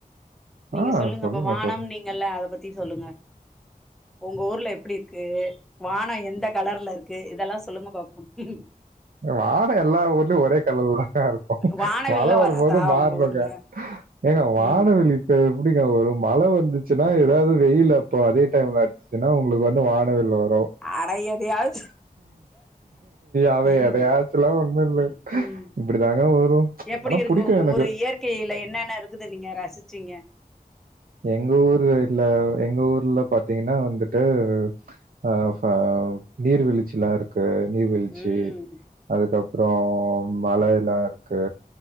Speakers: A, in the centre; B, on the right (about 75°).
A: நீங்க
B: ஆ
A: சொல்லுங்க அப்ப வானம்
B: சொல்லுங்க.
A: நீங்கல்ல அத பத்தி சொல்லுங்க உங்க ஊர்ல எப்படி இருக்குது வானம் எந்த கலர்ல இருக்கு இதெல்லாம் சொல்லுங்க பாப்போம் ம்ஹ்
B: வானோம் எல்லா ஊர்லயும் ஒரே எல்லா இருக்கும் ம்ஹ்
A: வானவில்ல
B: மழை வரும்போது
A: வராதா
B: மாறணங்க
A: உங்க ஊர்ல
B: ஏங்க வானவில்
A: ம்
B: இப்ப எப்படிங்க வரும் மழை வந்துச்சுன்னா எதாவது வெயில் அப் இப்ப அதே டைம்ல அடிச்சுன்னா உங்களுக்கு வானவில் வரும்
A: அட எதையாவது
B: அவன்
A: ம்
B: எதையாச்சுலாம் ஒண்ணும் இல்ல.
A: உம் உம்
B: இப்படிதாங்க வரும்.
A: எப்படி
B: ஆனா
A: இருக்கு
B: புடிக்கும்
A: உங்க
B: எனக்கு.
A: ஊரு இயற்கையில என்னென்ன இருக்குது நீங்க ரசிச்சீங்க
B: எங்க ஊரு இல்ல எங்ஊர் எங்க ஊர்ல பாத்தீங்கன்னா வந்துட்டு அஹ் ஹ நீர்வீழ்ச்சி எல்லாம் இருக்கு நீர்வீழ்ச்சி
A: ம்
B: அதுக்கப்புறம் அப்றோ மலை எல்லா இருக்கு